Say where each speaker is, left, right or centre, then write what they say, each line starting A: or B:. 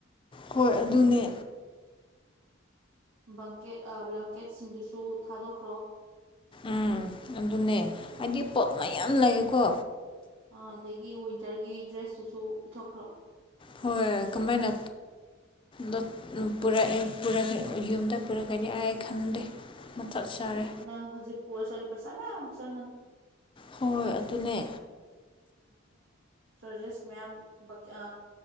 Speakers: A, on the left; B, on the right.
A: ꯍꯣꯏ ꯑꯗꯨꯅꯦ
B: ꯕꯪꯀꯦꯠ ꯕ꯭ꯂꯥꯡꯀꯦꯠꯁꯤꯡꯗꯨꯁꯨ ꯊꯥꯗꯣꯛꯈ꯭ꯔꯣ
A: ꯎꯝ ꯑꯗꯨꯅꯦ ꯍꯥꯏꯗꯤ ꯄꯣꯠ ꯃꯌꯥꯝ ꯂꯩꯀꯣ
B: ꯑꯥ ꯑꯗꯒꯤ ꯋꯤꯟꯇꯔꯒꯤ ꯗ꯭ꯔꯦꯁꯇꯨꯁꯨ ꯄꯤꯊꯣꯛꯈ꯭ꯔꯣ
A: ꯍꯣꯏ ꯀꯃꯥꯏꯅ ꯗꯨ ꯄꯨꯔꯛꯑꯦ ꯄꯨꯔꯛꯑꯦ ꯌꯨꯝꯗ ꯄꯨꯔꯛꯀꯅꯤ ꯑꯩ ꯈꯟꯗꯦ ꯃꯊꯛ ꯁꯥꯔꯦ
B: ꯅꯪ ꯍꯧꯖꯤꯛ ꯄꯔꯁꯨ ꯑꯗꯨ ꯄꯩꯁꯥ ꯃꯌꯥꯝ ꯆꯪꯉꯅꯤ
A: ꯍꯣꯏ ꯑꯗꯨꯅꯦ
B: ꯆꯔꯖꯦꯁ ꯃꯌꯥꯝ ꯕꯛꯀꯦ ꯑ